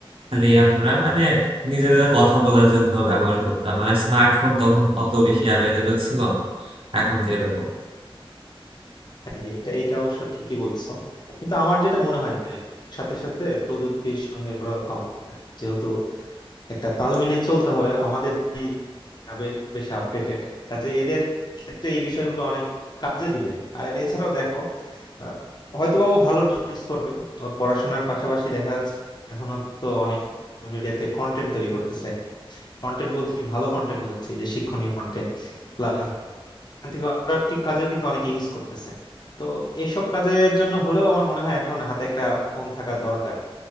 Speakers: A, on the right; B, on the left.
A: খালি আমরা মানে নিজেদের কথা বলার জন্য ব্যবহার করতাম মানে স্মার্টফোন তখন অত বেশি অ্যাভেলেবেল ছিল না এখন যেরকম
B: হ্যাঁ এটা এটা অবশ্য ঠিকই বলছো কিন্তু আমার যেটা মনে হয় যে সাথে সাথে প্রযুক্তির সঙ্গে আরো আব- যেহেতু একটা তাল মিলিয়ে চলতে হবে আমাদের যে আবেগ বেশি আপডেটেড কাজে এদের ক্ষেত্রে এই বিষয়গুলো অনেক কাজে দিবে আর এছাড়াও দেখো আহ, হয়তোবা ও ভালোর জন্য ইউজ করবে ওর পড়াশোনার পাশাপাশি দেখা যাচ্ছে এখনো তো অনেক মিডিয়াতে কন্টেন্ট তৈরি করতেছে কন্টেন্ট বলতে আমি ভালো কন্টেন্ট বোঝাচ্ছি যে শিক্ষণীয় কন্টেন্ট প্লাস থেকে প্রোডাক্টিভ কাজেও কিন্তু অনেকে ইউজ করতেছে তো এইসব কাজের জন্য হলেও আমার মনে হয় এখন হাতে একটা ফোন থাকা দরকার